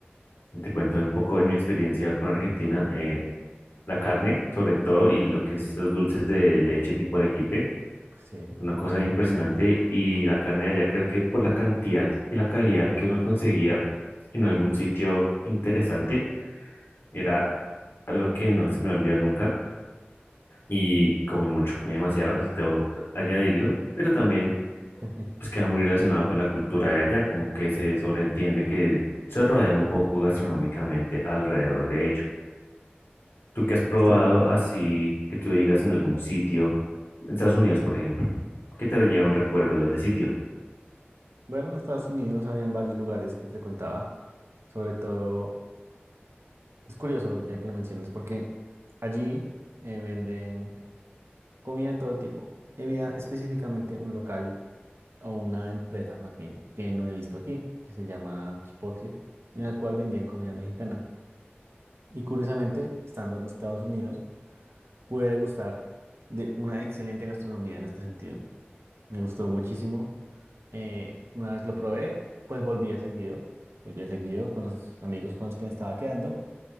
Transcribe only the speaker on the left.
Te cuento un poco en mi experiencia con Argentina, eh, la carne sobre todo y lo que es los dulces de leche tipo arequipe,
una cosa impresionante y la carne de allá creo que por la cantidad y la calidad que uno conseguía en algún sitio interesante era algo que no se me va a olvidar nunca y comí mucho, comí demasiado, eso tengo que añadirlo, pero también
pues queda muy relacionado con la cultura de allá, como que se sobreentiende que se rodea un poco gastronómicamente alrededor de ello. ¿Tú qué has probado
así que tú digas en algún sitio, en Estados Unidos, por ejemplo? ¿Qué te lleva un recuerdo de ese sitio?